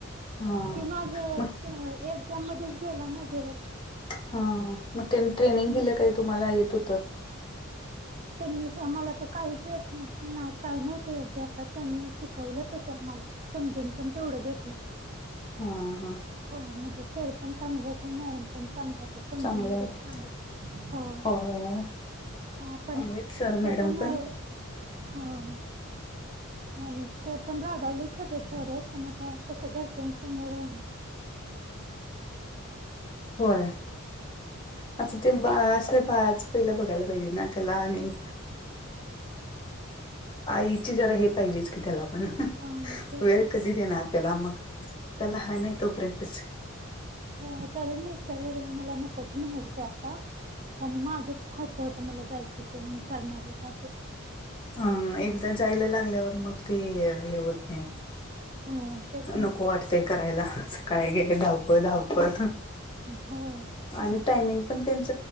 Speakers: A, on the left (about 25°); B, on the right (about 35°).
A: हा
B: ते माझ एक
A: मग
B: त्या मध्येच गेला ना दिवस.
A: हा, मग त्यांनी ट्रेनिंग
B: हम्म.
A: दिलं काय तुम्हाला येत होत?
B: त्यांनीच आम्हाला तर काहीच येत नाही काय नव्हतं येतं ते आता, त्यांनी शिकवलं तसं आ मला. समजून पण तेवढं घेतलं.
A: हा, हा.
B: हो म्हणजे सर पण चांगले होते, मॅडम पण चांगल्या होत्यात. समजून
A: चांगल्या
B: वगैरे
A: होत्या
B: सांगात हो,
A: होय
B: हा
A: चांगलेच सर
B: ते
A: मॅडम
B: पण, होय आणि ते प पण रागावलेत सगळे थोडे, पण आता कसं घरच्यानं समोर
A: होय, आता ते बाळाच अस बाळाचं पहिलं बघायलेतं पहिला त्याला आणि, आईचे जरा हे पाहिजेच. त्याला पण,
B: हा तेच
A: वेळ कधी देणार त्याला मग, लहान नाही तोपर्यंतच
B: हो, तरी मिस्टर वैगेरे मला नकोच म्हणालते आता पण माझं हट्ट होत, म्हणलं जायचं ते मी करणार असं
A: ह, एकदा जायला लागल्यावर मग ते हे होत नाही.
B: ह तेच ना
A: नको वाटतंय करायला, सकाळी हे धावपळ -धावपळ.
B: हो.
A: आणि टायमिंग पण त्यांच